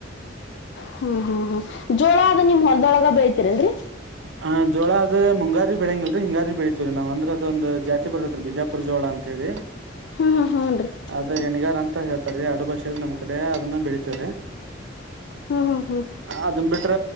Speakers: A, on the left; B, on the right.
A: ಹು ಹು ಹು ಜೋಳ ಅದ ನಿಮ್ಮ ಹೊಲದೋಳಗ ಬೆತೀರೆಂಡ್ರಿ.
B: ಹಾ ಜೋಳ ಅದೆ ಮುಂಗಾರಿ ಬೆಳಂಗಿಲಡ್ರಿ ಹಿಂಗಾರಿ ಬಿಜಾ ಬೆಳಿತಿವ ನಾವ ಅದೊ ಒಂದು ಜಾತಿ ಬರ್ತತ ಬಿಜಾ ಪುರುಜೋಳಾ ಅಂತ ಹೇಳಿ.
A: ಹು ಹು ಹುಡ್ರಿ
B: ಅದ ಯಣಿಗಾರಾ ಅಂತ ಹೇಳ್ತಾರೆ ಅಡು ಭಾಷೆ ನಮ್ಮ ಕಡೆ ಅದನ್ನ ಬೆಳಿತೆವರಿ.
A: ಹಾ ಹಾ ಹಾ
B: ಅದನ್ ಬಿಟ್ರ